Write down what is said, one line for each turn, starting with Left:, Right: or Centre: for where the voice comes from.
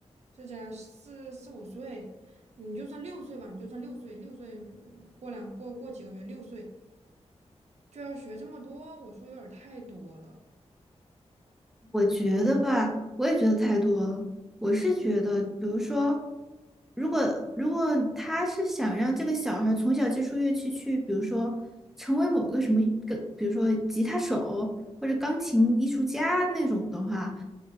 Right: 这家四四五岁，你就算六岁吧，你就算六岁，六岁呃过两过过几个月，六岁就要学这么多，我说有点儿太多了。
Centre: 我觉得吧，我也觉得太多了。我是觉得，比如说，如果如果他是想让这个小孩儿从小接触乐器去，比如说成为某一个什么个，比如说吉他手或者钢琴艺术家那种的话，